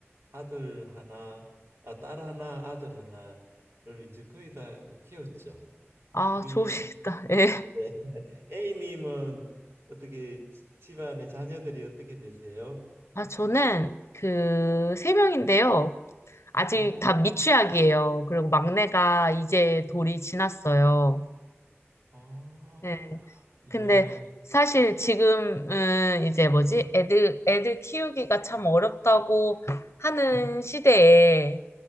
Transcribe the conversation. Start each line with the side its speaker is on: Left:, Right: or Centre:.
Right: 아들 하나, 아, 딸 하나, 아들 하나를 이제 거의 다 키웠죠.
Left: 아,
Right: 우리
Left: 좋으시겠다. <laughs> 예.
Right: 네. A님은 어떻게 지- 집안의 자녀들이 어떻게 되세요?
Left: 아, 저는 그 세 명인데요. 아직
Right: 오,
Left: 다 미취학이에요. 그리고 막내가 이제 돌이 지났어요.
Right: 아,
Left: 네. 근데
Right: 예,
Left: 사실 지금은 이제 뭐지? 애들, 애들 키우기가 참 어렵다고 하는 시대에